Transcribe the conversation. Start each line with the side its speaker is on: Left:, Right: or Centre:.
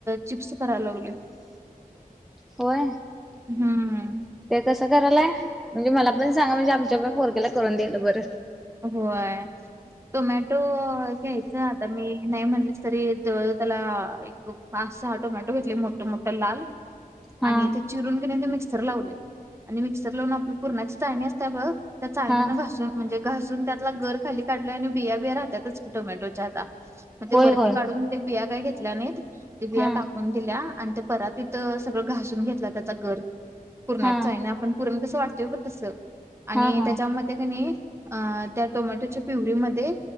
Right: चिप्स कराय लागलोय
Centre: होय
Right: हम्म
Centre: ते कसं करायलाय म्हणजे मला पण सांगा म्हणजे आमच्या पण पोर केला करून दिलं बरं
Right: होय टोमॅटो घ्यायचा आ तर मी नाही म्हटलेस तरी त्याला एक पाच सहा टोमॅटो घेतले मोठ मोठ लाल
Centre: हा
Right: आणि ते चिरून घेण्या ते मिक्सर लावले आणि मिक्सर लावून आपली पुूरणाची चाळणी असते बग त्या चाळण्यानं
Centre: हा
Right: घासून म्हणजे घासून त्यातला गर खाली काढलंय आणि बिया बिया्या राहतातच टोमॅटोच्या आता मग ते
Centre: होय
Right: वरती
Centre: होय
Right: काढून ते बिया काय घेतल्या नाहीत ते बिया
Centre: हा
Right: टाकून दिल्या आणि परातीत तथ सगळं घासून घेतला त्याचा घर पुूरण्यात
Centre: हा
Right: आहे आपण पूरण कसं वाटत बर तस आणि
Centre: हा हा
Right: त्याच्यामध्ये कणी अ त्या टोमॅटोच्या पिवरीमध्ये